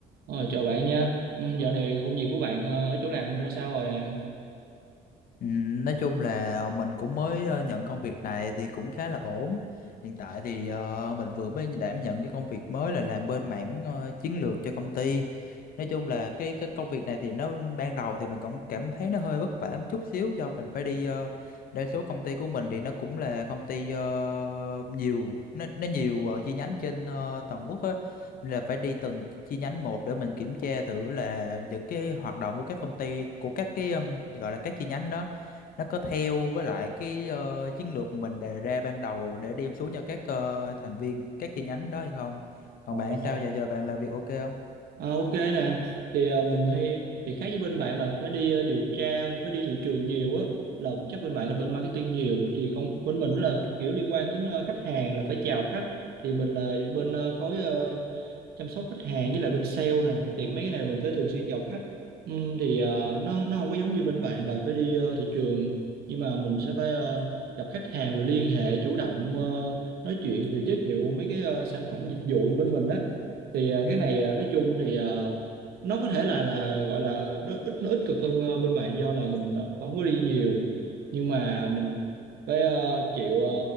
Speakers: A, on the right; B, on the left.
A: Ờ, chào bạn nha. Ừ, dạo này công việc của bạn ờ, ở chỗ làm ra sao rồi à?
B: Ừ, Nói chung là mình cũng mới ờ, nhận công việc này thì cũng khá là ổn. Hiện tại thì ờ, mình vừa mới đảm nhận cái công việc mới là làm bên mảng ờ, chiến lược cho công ty. Nói chung là cái cái công việc này thì nó ban đầu thì mình cũng cảm thấy nó hơi vất vả một chút xíu do mình phải đi ờ, đa số công ty của mình thì nó cũng là công ty ờ, nhiều nó nó nhiều ờ, chi nhánh trên ờ, toàn quốc á nên là phải đi từng chi nhánh một để mình kiểm tra thử là những cái hoạt động của các công ty của các cái um, gọi là các chi nhánh đó nó có theo với lại cái ờ, chiến lược mình đề ra ban đầu để đem xuống cho các ờ, thành viên các chi nhánh đó hay không còn
A: Ồ,
B: bạn sao
A: ồ.
B: giờ giờ bạn làm việc ok không
A: à, ok nè. Thì ờ, mình hay thì khác với bên bạn là phải đi ờ, điều tra, phải đi thị trường nhiều á. Là chắc bên bạn là bên marketing nhiều. Thì con bên mình là kiểu liên quan đến ờ, khách hàng là phải chào khách. Thì mình là bên ờ, khối ờ, chăm sóc khách hàng với lại bên sale nè thì mấy cái này mình phải thường xuyên chào khách ừ, thì ờ, nó nó không có giống như bên bạn là phải đi ờ, thị trường
B: Ừ.
A: nhưng mà mình sẽ phải ờ, gặp khách hàng rồi liên hệ chủ động ờ, nói chuyện rồi giới thiệu mấy cái ờ, sản phẩm dịch vụ bên mình đó thì ờ,
B: ừ
A: cái này ờ, nói chung thì ờ, nó có thể là là gọi là nó ít nó ít cực hơn ờ, bên bạn do là mình ờ, không có đi nhiều nhưng mà mình phải ờ, chịu ờ,